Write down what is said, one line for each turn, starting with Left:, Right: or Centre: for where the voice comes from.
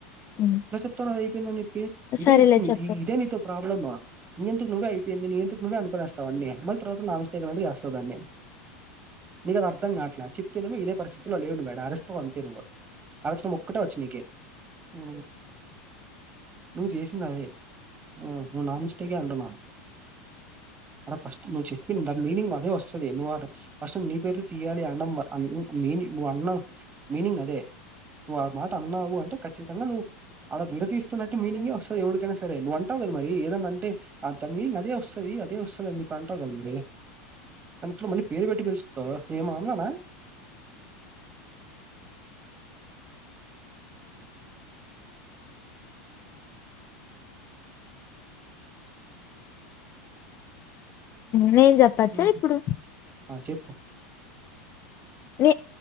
Left: ఉమ్,
Right: ఎలా చెప్తానవ్ అది అయిపోయిందని చెప్పి ఇదే
Left: సరేలే
Right: చెప్ నీ
Left: చెప్పు
Right: ఇదే నీతో ప్రాబ్లము నీ అంతకు నువ్వే అయిపోయింది నీ అంతట నువ్వే అను అన్నీ మళ్ళీ తర్వాత నా మిస్టేక్ అనైతె చేస్తావ్ దాన్ని నీకది అర్థం కాట్లే చెప్తేనెమో ఇనే పరిస్థితిలో లేవు నువ్వీడ అరిస్తవ్ అంతే నువ్వు అరచడం ఒక్కటే వచ్చి నీకే హూ నువ్వు చేసిందదే హా నువు నా మిస్టేకే అంటున్నావ్ అడ ఫస్ట్ నువ్వు చెప్పింది దాని మీనింగ్ అదే వస్తది నువ్వు ఫస్ట్ నీ పేరు తీయాలి అనడం మీనింగ్ నువ్వు అన్నావు మీనింగ్ అదే నువ్వు ఆ మాట అన్నావు అంటే ఖచ్చితంగా నువ్వు ఆడ విడతస్తున్నట్ే మీనింగే వస్తుంది ఎవడికైనా సరే నువ్వు అంటావు కదా మరి ఏదన్నా అంటే తన మీనింగ్ అదే వస్తుంది అదే వస్తుంది నీ అంటావు కదా మరి అట్లో మళ్ళీ పేరు పెట్టి పిలుస్తందవు న ఏమ అన్నానా
Left: న చెప్పచ్చా
Right: హ్మ్.
Left: ఇప్పుడు
Right: ఆ చెప్పు
Left: న